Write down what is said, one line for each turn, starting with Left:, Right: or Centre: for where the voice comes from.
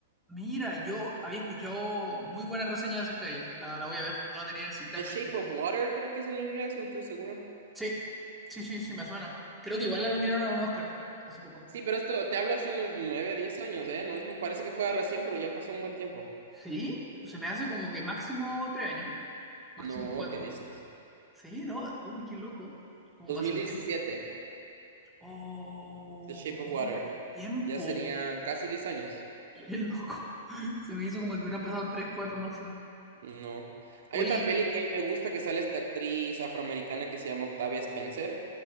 Centre: Mira, yo había escuchado muy buenas reseñas acerca de ella. La, la voy a ver, no la tenía ni siquiera
Right: The
Centre: en
Right: Shape
Centre: mente.
Right: of Water, creo que es en inglés, no estoy seguro.
Centre: Sí, sí, sí, sí, me suena. Creo que igual la nominaron a un Oscar hace poco.
Right: Sí, pero esto te hablo hace unos 9, 10 años, ¿eh? No, es- me parece que fue recién, pero ya pasó un buen tiempo.
Centre: Sí, se me hace como que máximo tres años, máximo
Right: No,
Centre: cuatro.
Right: ¿qué dices?
Centre: Sí, ¿no? Uy, qué loco. ¿Cómo
Right: 2017,
Centre: pasa el tiempo? Oh,
Right: The Shape
Centre: mucho
Right: of Water.
Centre: tiempo.
Right: Ya serían casi 10 años.
Centre: Qué loco. <laughs> Se me hizo como que hubieran pasado tres, cuatro máximo.
Right: No.
Centre: Oye,
Right: Hay otra peli que a mí me gusta que sale esta actriz afroamericana que se llama Octavia Spencer.